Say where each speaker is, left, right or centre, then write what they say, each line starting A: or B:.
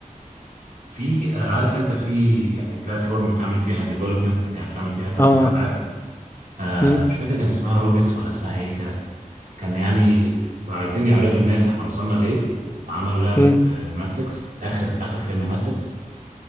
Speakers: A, on the right; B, on the left.
A: في آه، عارف انت في يعني بلاتفورم بتعمل فيها ديفلوبمنت يعني بتعمل فيها تطوير
B: اه
A: العاب آه
B: امم
A: مش فاكر كان اسمها روبيكس ولا اسمها ايه كده كان يعني عايزين يعرضوا الناس احنا وصلنا لايه فعملوا لعبة
B: امم
A: آه، ماتريكس اخر اخر فيلم ماتريكس